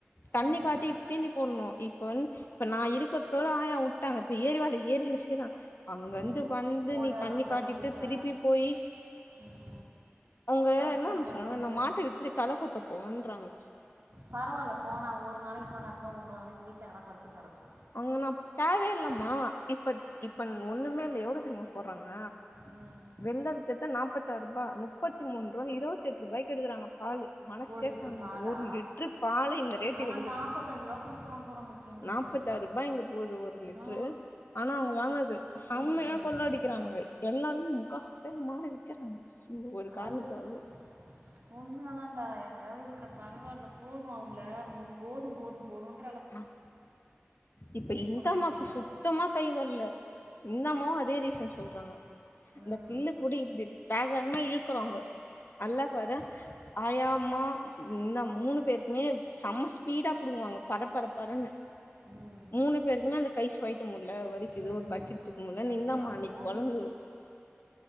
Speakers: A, on the left; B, on the right.
A: தண்ணி
B: ம்
A: காட்டி தீனி போடணு இப்ப வந் இப்ப நான் இருக் கத்தோடு ஆயா விட்டாங்க இப்ப ஏரி வல ஏரில செய்றான் அங்கருந்து
B: ம்
A: வந்து
B: ஓடாரம்ல
A: நீ தண்ணி காட்டிட்டு
B: வெயிலில்
A: திருப்பி போயி
B: ம்
A: அவுங்க
B: கஷ்டம்
A: என்ன தெரிமா
B: தானே
A: சொல்றாங்க
B: அது
A: அந்த மாட்ட வித்துட்டு களை கொத்த போங்கன்றாங்க
B: பரவாயில்ல போனால் ஒரு நாளைக்கு போனா கூட ஒம்பது மணிக்கு வீட்ல எங்கனா படுத்துன்னு கெடக்கும்
A: அவுங்களுக் நான் தேவயே இல்லமா இப்ப இப்பன் ஒண்ணுமே இல்ல எவ்ளோ தெரியுமா போடுறாங்க
B: ம்
A: வெள்ள வித்தது நாப்பத்தாருபா நுப்பத்தி மூன்றுவானு இருவத்தெட்ருபாய்க்கு எடுக்கறாங்க பாலு மனசே
B: ஒரு லிட்ரு
A: தாங்கல
B: பாலா
A: ஒரு லிட்ரு பாலு இந்த ரேட்டுக்கு
B: ஆனால்
A: எடுக்கறாங்க
B: நாற்பத்தஞ்சு ரூபா கொடுத்து வாங்குறோம் நித்தின் நாங்கள்
A: நான் முப்பத்தாருபா இங்க போது ஒரு லிட்ரு
B: ஆ
A: ஆனா அவுங்க வாங்குறது செம்மையா
B: இருபத்தி மூணு
A: கொள்ள
B: ரூபா
A: அடிக்கிறாங்க எல்லாருமே முக்கா <unintelligible> மாறி விக்கிறாங்க இந்த ஒரு காரணத்துக்காகவே
B: அதுதான் உண்மையாதான்டா எங்க எளவுக்கு பரவால்ல போதும் அவுங்கள மு போதும் போதும் போதுன்
A: ஆன் இப்ப இந்தம்மாக்கு
B: கொஞ்ச நாளைக்காவது
A: சுத்தமா
B: ஃப்ரீ
A: கை வர்ல இந்தம்மாவு அதே ரீசன் சொல்றாங்க
B: ம்
A: இந்த பில்லு புடி இப்டி வேக வேகமா இழுக்குறாங்க அல்லா பாரு ஆயா அம்மா இந்த மூணு பேருக்குமே செம்ம ஸ்பீடா புடுங்குவாங்க பரப்பரப்பரன்னு
B: ம்
A: மூணு பேருக்குமே அந்த கை சொயிட்ட முடில வலிக்குது
B: சொல்லிட்டோம்ல
A: ஒரு பக்கெட்
B: வலிக்குது
A: தூக்க முடில நிந்தாம்மா
B: அதுதான்
A: அன்னைக்கு
B: போதும்
A: பொழம்புது